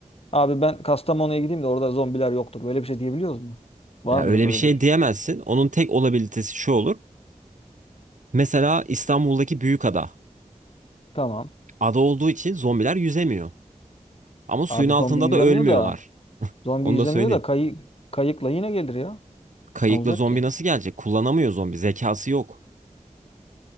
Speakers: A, on the left; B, on the right.
A: Abi ben Kastamonu'ya gideyim de orada zombiler yoktur. Böyle bir şey diyebiliyoruz mu? Var
B: Ya
A: mıdır
B: öyle
A: böyle
B: bir şey
A: bir?
B: diyemezsin. Onun tek olabilitesi şu olur. Mesela İstanbul'daki büyük ada.
A: Tamam.
B: Ada olduğu için zombiler yüzemiyor. Ama suyun
A: Abi
B: altında
A: zombi yüzemiyor
B: da ölmüyorlar.
A: da zombi
B: Onu
A: yüzemiyor
B: da söyleyeyim.
A: da kayı, kayıkla yine gelir ya.
B: Kayıkla
A: Ne olacak
B: zombi
A: ki?
B: nasıl gelecek? Kullanamıyor zombi. Zekası yok.